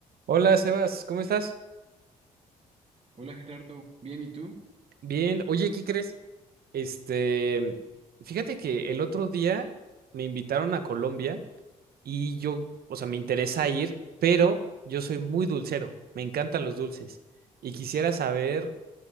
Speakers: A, on the right (about 60°); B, on the right (about 35°).
A: Hola, Sebas, ¿cómo estás?
B: Hola Gerardo, bien, ¿y tú?
A: Bien. Oye, ¿qué crees? Este, fíjate que el otro día me invitaron a Colombia y yo, o sea, me interesa ir, pero yo soy muy dulcero, me encantan los dulces y quisiera saber